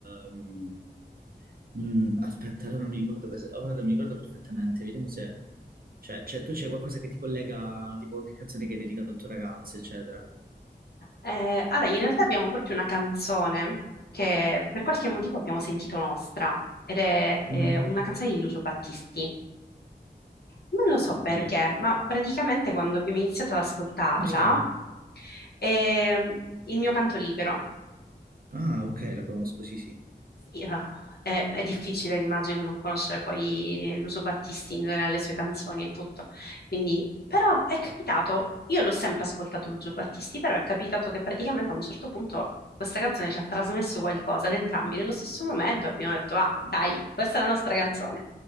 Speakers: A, on the right; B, on the left.
A: ehm, mm, aspetta, ora non mi ricordo, pers- ora non mi ricordo perfettamente, vediamo se... Cioè, cioè, tu c'è qualcosa che ti collega, tipo che canzone che hai dedicato al tuo ragazzo, eccetera.
B: eh, allora in realtà abbiamo proprio una canzone che per qualche motivo abbiamo sentito nostra ed è eh,
A: Mhm.
B: una canzone di Lucio Battisti. Non lo so
A: Ok.
B: perché, ma praticamente quando abbiamo iniziato ad ascoltarla
A: Come si chiama?
B: è il mio canto libero.
A: Ah, ok, la conosco, sì, sì. <laughs>
B: Sì, ah, è, è difficile, immagino, non conoscere poi Lucio Battisti in generale, le sue canzoni e tutto. Quindi, però è capitato, io l'ho sempre ascoltato Lucio Battisti, però è capitato che praticamente a un certo punto questa canzone ci ha trasmesso qualcosa ad entrambi nello stesso momento e abbiamo detto, ah, dai, questa è la nostra canzone.